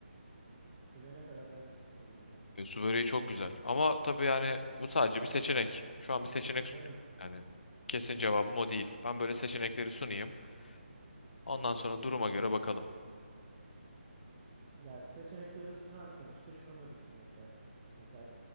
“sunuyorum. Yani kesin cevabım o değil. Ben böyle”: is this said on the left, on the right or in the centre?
Left